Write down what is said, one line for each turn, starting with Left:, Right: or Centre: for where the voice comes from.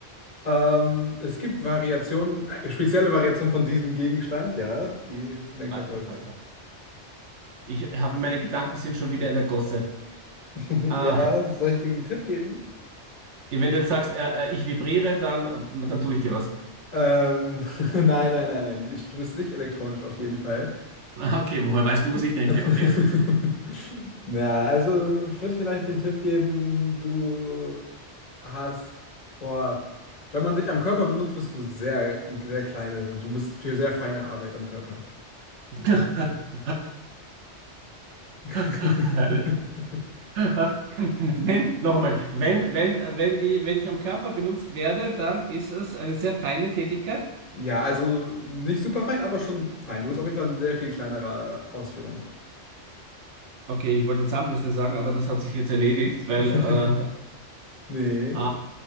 Left: Ähm, es gibt Variationen, äh, spezielle Variationen von diesem Gegenstand, ja, die für deinen Körper
Right: Alter, Alter.
Left: sind.
Right: Ich habe meine Gedanken sind schon wieder in der Gosse.
Left: <laughs>
Right: Ah,
Left: Ja, soll ich dir einen Tipp geben?
Right: wenn du jetzt sagst, äh, äh, ich vibriere, dann, dann tue ich dir was. <laughs>
Left: Ähm, <laughs> nein, nein, nein, nein. Ich, du bist nicht elektronisch auf jeden Fall.
Right: Ah, Okay, woher weißt du, was ich denke?
Left: <laughs>
Right: Okay.
Left: Na, also ich würde vielleicht den Tipp geben, du hast, boah, wenn man dich am Körper benutzt, bist du sehr, sehr kleine. Du bist für sehr feine Arbeit am Körper.
Right: <laughs>
Left: <laughs>
Right: Herrlich. <laughs> Wenn, nochmal, wenn, wenn, wenn ich, wenn ich am Körper benutzt werde, dann ist es eine sehr feine Tätigkeit.
Left: Ja, also nicht super fein, aber schon fein. Du bist auf jeden Fall in sehr viel kleinerer Ausführung.
Right: Okay, ich wollte Zahnbürste sagen, aber das hat sich jetzt erledigt, weil
Left: <laughs>
Right: äh,
Left: Nee.
Right: äh,